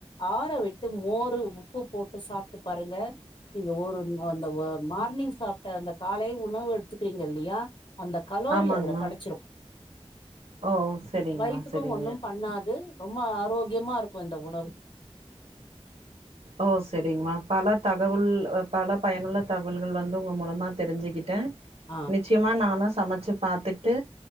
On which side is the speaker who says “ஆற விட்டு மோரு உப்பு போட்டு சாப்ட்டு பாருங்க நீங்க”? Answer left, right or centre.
Left